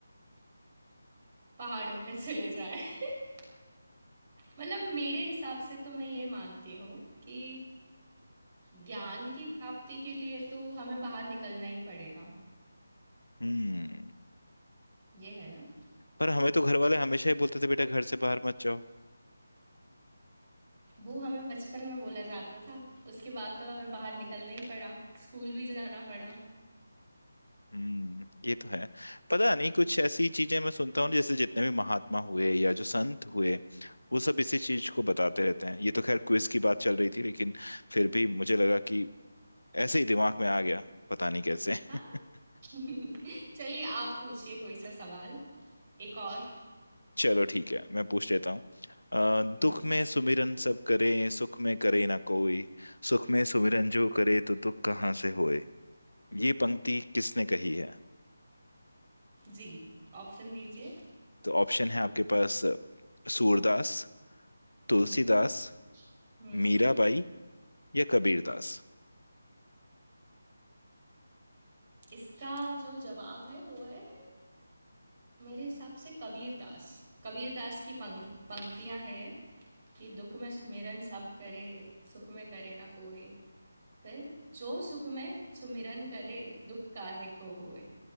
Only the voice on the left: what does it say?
हम्म
पर हमें तो घर वाले हमेशा ही बोलते थे बेटा घर से बाहर मत जाओ
हम्म ये तो है पता नहीं कुछ ऐसी चीजें मैं सुनता हूँ जैसे जितने भी महात्मा हुए या जो संत हुए वो सब इसी चीज को बताते रहते हैं ये तो खैर क्विज की बात चल रही थी लेकिन फिर भी मुझे लगा कि ऐसे ही दिमाग में आ गया पता नहीं कैसे
<laughs>
चलो ठीक है मैं पूछ लेता हूँ अ,
दुख में सुमिरन सब करें सुख में करे ना कोई सुख में सुमिरन जो करे तो दुख कहाँ से होए ये पंक्ति किसने कही है
तो ऑप्शन है आपके पास सूरदास तुलसीदास
मीराबाई या कबीरदास